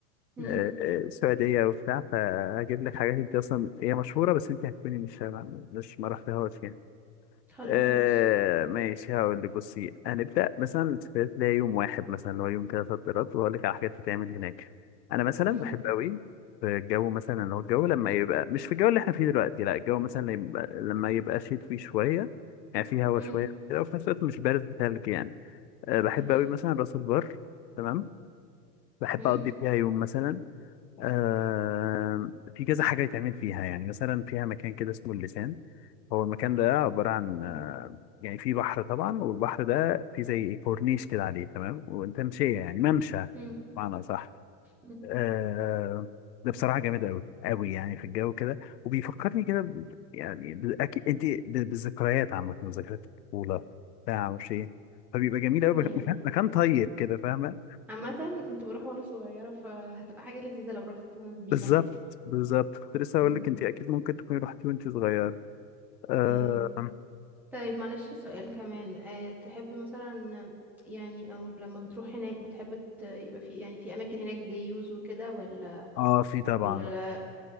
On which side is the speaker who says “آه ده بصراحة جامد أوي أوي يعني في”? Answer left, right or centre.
Left